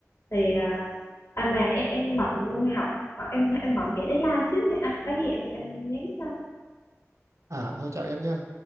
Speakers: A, on the left; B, on the right.
A: thì à, à mà em em bận học bận- em em bận chạy deadline xíu nha anh có gì em em nhắn cho
B: à thôi chào em nha